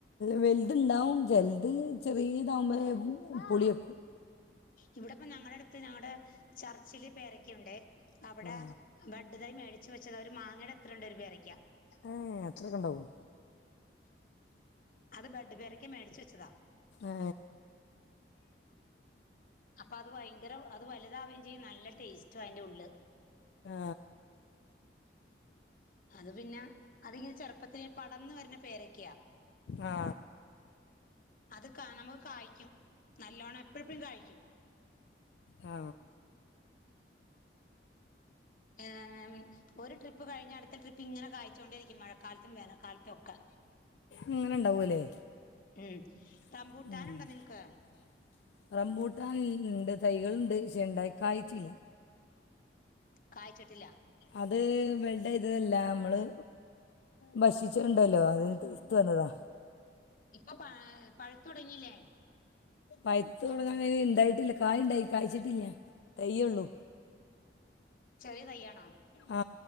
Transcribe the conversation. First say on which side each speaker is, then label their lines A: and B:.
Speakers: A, on the left; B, on the left.
A: വൽത്ണ്ടാവും ചെൽത് ചെറീതാകുമ്പഴേ പുളിക്കും
B: ഇവിടിപ്പം ഞങ്ങളടുത്ത് ഞങ്ങൾടെ ചർച്ചില് പേരക്യാണ്ട് അവിടെ
A: ആ
B: ബഡ്തൈ മേടിച്ചുവെച്ചത ഒരു മാങ്ങടെത്രണ്ട് ഒരു പേരക്യാ
A: ഏ അത്രയൊക്കെ ഉണ്ടാവും
B: അത് ബെഡ് പേരക്ക മേടിച്ച് വച്ചതാ
A: ഏ
B: അപ്പ അത് ഭയങ്കര അത് വലുതാവേം ചെയ്യും നല്ല ടേസ്റ്റ ഐന്റെ ഉള്ള്
A: അ
B: അത് പിന്നെ അതിങ്ങനെ ചെറുപ്പത്തിലെ പടർന്ന് വരുന്ന പേരക്യാ
A: ആ
B: അത് കാണാം കായിക്കും നല്ലോണം എപ്പഴപ്പഴും കാഴ്‌ക്യും
A: അ
B: ഏ ഒരു ട്രിപ്പ് കഴിഞ്ഞ അടുത്ത ട്രിപ്പ്ങ്ങനെ കാ ച്ചോണ്ടിരിക്കും മഴക്കാലത്തും വേനൽക്കാലത്തൊക്കെ
A: അങ്ങനെ ഉണ്ടാവുമല്ലേ
B: ഉം
A: <unintelligible>
B: റംബൂട്ടാനുണ്ടോ നിങ്ങക്ക്
A: ഉണ്ട് തൈകള്ണ്ട് പക്ഷേ ണ്ടായി കായ്ച്ചില്ല.
B: കായ്ച്ചിട്ടില്ല.
A: അത് വെൽടൈതതല്ല മ്മള് ഭക്ഷിച്ചേണ്ടല്ലോ അത് തീർത് വന്നതാ.
B: ഇപ്പ പാ പഴു ത്തുടങ്ങില്ലേ
A: പൈത്ത് തുടങ്ങാനൈന് ഇണ്ടായിട്ടില്ല കായിണ്ടായി കായ്ച്ചിട്ടില്ല തയ്യുള്ളു.
B: ചെറിയ തയ്യാണോ
A: ആ